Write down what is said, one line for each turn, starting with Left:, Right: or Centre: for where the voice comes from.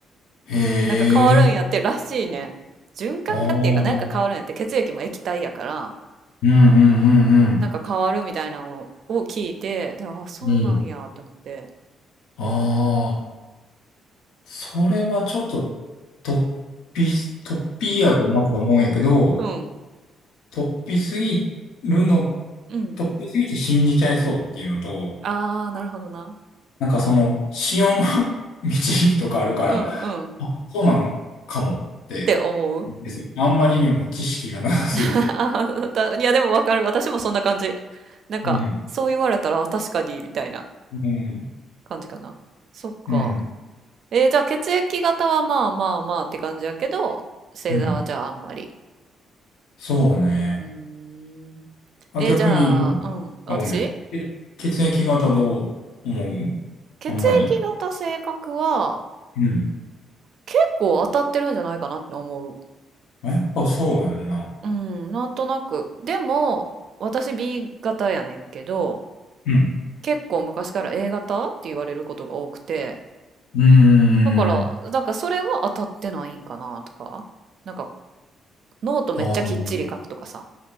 Left: へえ。
Right: なんか変わるんやってらしいねん循環がっていうかなんか変わるんやって血液も液体やから
Left: ああ。うんうんうん
Right: なんか変わるみたいなのを聞いてであそうなんやって思って
Left: うん。うん。ああ、それはちょっと、突飛、突飛やとまず思うんやけど、
Right: うん
Left: 突飛すぎるの、
Right: うん
Left: 突飛すぎて信じちゃいそうっていうのと、
Right: ああーなるほどな
Left: なんかその、潮の <laughs> 導きとかあるから、
Right: うんうん
Left: あ、そうなんかもって、
Right: って思う
Left: です。あんまりにも知識がなさすぎて。
Right: <laughs> いや、でもわかる。私もそんな感じ。なんか、
Left: うん。
Right: そう言われたら、あ確かに、みたいな
Left: うん。
Right: 感じかな。そっか。
Left: うん。
Right: えーじゃあ血液型はまあまあまあって感じやけど、星座はじゃああんまり。
Left: うん。そうね。
Right: うーん。
Left: あ、
Right: えーじゃあ、
Left: 逆にどうなのあ、
Right: うん。私
Left: ごめん。え血液型どう思う
Right: 血液型性格は、
Left: あんまりうん。
Right: 結構当たってるんじゃないかなって思う。
Left: あやっぱそうやんな。
Right: うん、なんとなく。でも、私 B 型やねんけど、
Left: うん。
Right: 結構昔から A 型って言われることが多くて、
Left: うーん。
Right: だから、なんかそれは当たってないんかなとか、なんかノートめっちゃきっちり書くとかさ、
Left: あー